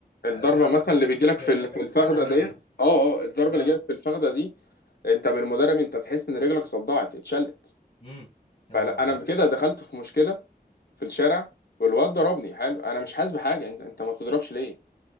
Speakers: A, on the left; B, on the left.
A: الضربه
B: آه، بمعنى
A: مثلا
B: صح
A: اللي
B: جسمك
A: بتجيلك في
B: آه،
A: ال-
B: خ-
A: في الفخده
B: خد عليها
A: ديت اه اه الضربه
B: اه
A: اللي جايلك في الفخده دي انت من المدرب انت بتحس ان رجلك صدعت اتشلت
B: امم يا
A: فلا
B: نهار ابيض
A: انا كده دخلت في مشكله في الشارع والواد ضربني حلو انا مش حاسس بحاجه انت انت ما بتضربش ليه